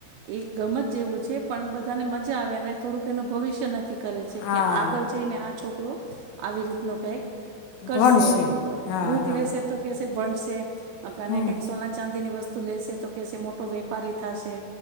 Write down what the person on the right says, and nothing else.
એક ગમત જેવું છે પણ બધાને મજા આવે અને થોડુંક એનું ભવિષ્ય નક્કી કરે છે
કે આગળ જઈને આ છોકરો આવી રીતનો કંઈક કરશે
એમ
બુક
તો કેસે ભણસે અ કને
કંઈક સોના ચાંદી ની વસ્તુ લેશે તો કેશે મોટો વેપારી થાસે.